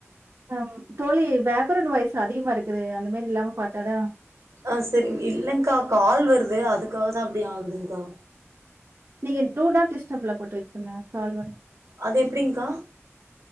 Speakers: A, on the right; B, on the right.
A: அம் தோழி பேக்ரவுண்ட் வாய்ஸ் அதிகமா இருக்குது அந்த மாரி இல்லாம பாத்தாதா
B: ஆ செரிங் இல்லங்க்கா கால் வருது அதுக்காகதா அப்டி ஆகுதுங்க்கா
A: நீங்க டூ நாட் டிஸ்டப்ல போட்டு வெச்சருங்க கால் வ
B: அது எப்படிங்க்கா?